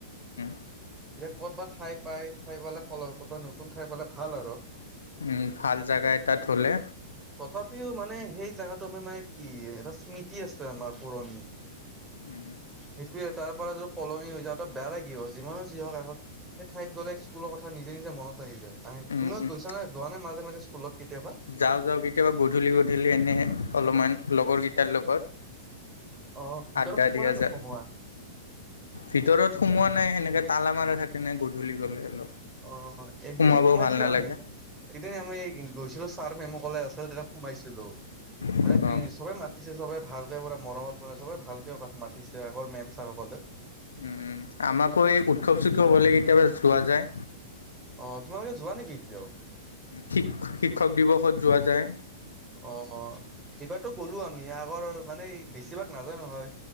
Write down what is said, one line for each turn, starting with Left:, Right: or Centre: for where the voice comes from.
Left: উম',।
Right: এতিয়া ক'তবাত ঠাই পাই, ঠাই পালে খলাব ক'তবাত নতুন ঠাই পালে ভাল আৰু।
Left: উম', ভাল জেগা এটাত হ'লে।
Right: তথাপিও মানে সেই জোগাটো আমাৰ মানে কি, এটা স্মৃতি আছে আমাৰ পুৰণি।
Left: উম',।
Right: সেইটোৱে তাৰ পৰা যটো সলনি হৈ যওঁ ত' বেয়া লাগিব, যিমানো যি হওক আগত সেই ঠাইত গ'লে স্কুলৰ কথা নিজে নিজে মনত আহি যায়, আহে
Left: উম,
Right: তুমিও
Left: উম।
Right: গৈছা নে যোৱা নে মাজে মাজে স্কুলত কেতিয়াবা?
Left: যাওঁ যাওঁ কেতিয়াবা গধূলি গধূলি এনে, অলপমান লগৰকেইটাৰ লগত।
Right: অ', ভিতৰত
Left: আড্ডা
Right: সোম
Left: দিয়া
Right: নে নোসোমোৱা?
Left: যায় ভিতৰত সোমোৱা নাই সেনেকে তালা মাৰা থাকে, নাই গধূলি গলে অলপ।
Right: অ', একদিন
Left: সোমাব
Right: সোমাইছিলো
Left: ভাল নালাগে
Right: আমি, একদিন আমি গৈছিলো ছাৰ মেমক কলে আছিল তেতিয়া সোমাইছিলো,
Left: অ
Right: মানে প' চবে মাতিছে চবে ভাল। তে পুৰা মৰমত মৰে চবে ভালকে কাত মাতিছে আগৰ মেন চাৰ সকলে।
Left: উম', আমাকো এই উৎসৱ চৎসৱ হ'লে কেতিয়াবা যোৱা যায়।
Right: অ', তোমালোকে যোৱা নেকি এতিয়াও?
Left: শিক- শিক্ষক দিৱসত যোৱা যায়।
Right: অ', এইবাৰতো গ'লো আমি আগৰ মানে বেছিভাগ নাযায় নহয়।